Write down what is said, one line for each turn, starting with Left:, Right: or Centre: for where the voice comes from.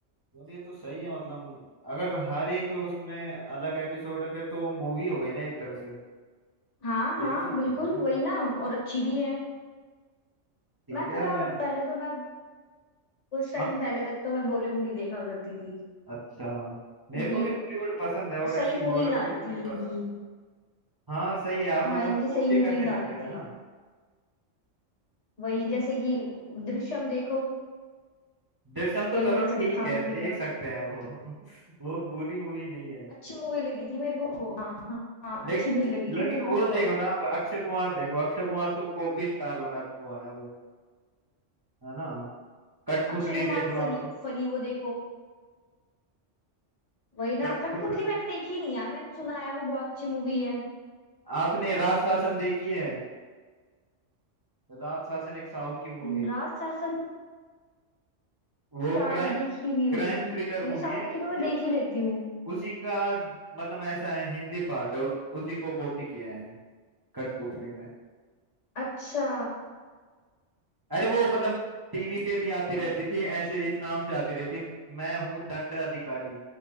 Right: यार ये तो सही है मतलब अगर हर एक उसमें अलग एपिसोड है फिर तो वो मूवी हो गई ना एक तरह से
Left: हाँ हाँ
Right: देख सकते
Left: बिल्कुल
Right: हैं यार ये
Left: वही
Right: तो।
Left: ना और अच्छी भी है
Right: ठीक
Left: मैं तो
Right: है यार
Left: यार
Right: मैं-
Left: पहले तो मैं कुछ टाइम
Right: हम
Left: पहले तक तो मैं बॉलीवुड ही देखा करती थी
Right: अच्छा
Left: क्योंकि
Right: मेरे को भी हॉलीवुड पसंद है और
Left: सही
Right: ऐसे
Left: मूवीज
Right: ही हॉरर
Left: आ
Right: मूवीज
Left: रही थी
Right: भी
Left: इनकी
Right: पसंद है हाँ सही है आप
Left: हाँ
Right: मतलब
Left: इनकी सही
Right: कॉपी
Left: मूवीज
Right: करने लग
Left: आ रही
Right: गए है
Left: थी
Right: ना
Left: वही जैसे कि दृश्यम देखो
Right: दृश्यम तो
Left: क्या ही
Right: चलो
Left: कंसेप्ट
Right: ठीक
Left: था
Right: है
Left: मूवी
Right: देख
Left: का
Right: सकते हैं वो <laughs> वो बुरी मूवी नहीं है
Left: अच्छी मूवी लगी थी मेरे को वो हाँ हाँ हाँ अच्छी
Right: देख
Left: मूवी लगी
Right: लेकिन
Left: थी मेरे
Right: वो
Left: को
Right: देखो
Left: बहुत
Right: ना अब अक्षय कुमार देखो अक्षय कुमार तो कॉपी स्टार बना हुआ है अब है ना कठपुतली
Left: अक्षय कुमार
Right: देख लो
Left: फनी
Right: आप
Left: फनी वो देखो वही ना
Right: कठपुतली
Left: कठपुतली मैंने देखी नहीं यार मैंने सुना है वो बहुत अच्छी मूवी है
Right: आपने राज शासन देखी है राज शासन एक साउथ की मूवी
Left: न,
Right: है
Left: राज शासन
Right: वो
Left: शायद
Right: क्राइम
Left: देखी भी होगी
Right: क्राइम
Left: क्योंकि
Right: थ्रिलर मूवी
Left: साउथ
Right: है
Left: की तो मैं
Right: ये
Left: देख ही लेती हूँ
Right: उसी का मतलब ऐसा है हिंदी पार्ट है उस, उसी को कॉपी किया है कठपुतली में
Left: अच्छा
Right: अरे वो मतलब टीवी पे भी आती
Left: अ,
Right: रहती थी ऐसे इस नाम से आती रहती मैं हूँ दंड अधिकारी